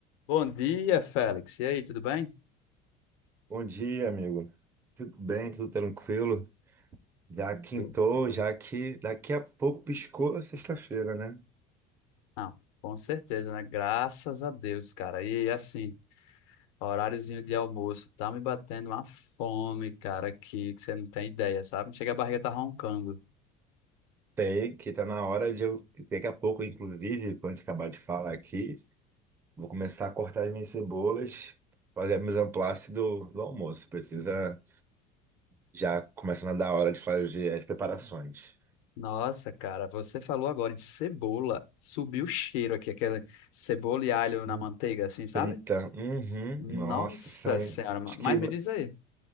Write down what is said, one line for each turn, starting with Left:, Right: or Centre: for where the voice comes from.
Left: Bom dia, Félix. E aí, tudo bem?
Right: Bom dia, amigo. Tudo bem? Tudo tranquilo? Já quintou,
Left: Tudo.
Right: já que daqui a pouco piscou a sexta-feira, né?
Left: Não, com certeza, né? Graças a Deus, cara. E assim, horáriozinho de almoço, tá me batendo uma fome, cara, que, que você não tem ideia, sabe? Chega a barriga tá roncando.
Right: Tem que tá na hora de eu. Daqui a pouco, inclusive, quando acabar de falar aqui, vou começar a cortar as minhas cebolas, fazer a mise en place do, do almoço. Precisa já começando a dar hora de fazer as preparações.
Left: Nossa, cara, você falou agora em cebola. Subiu o cheiro aqui, aquele cebola e alho
Right: Hum.
Left: na manteiga, assim, sabe?
Right: Frita. Uhum.
Left: Nossa
Right: Nossa, isso aí.
Left: Senhora, ma-
Right: Acho
Left: mas
Right: que
Left: me diz aí.